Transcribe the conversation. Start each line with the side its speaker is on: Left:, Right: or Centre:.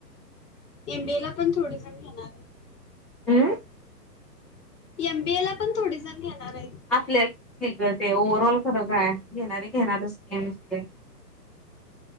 Left: एमबी ला पण थोडे जण घेणार आहे
Centre: हम्म
Left: एमबीए ला पण थोडी जण घेणार आहेत
Centre: आपल्या आहे ओव्हरऑल खरं काय घेणारी घेणारच गेमस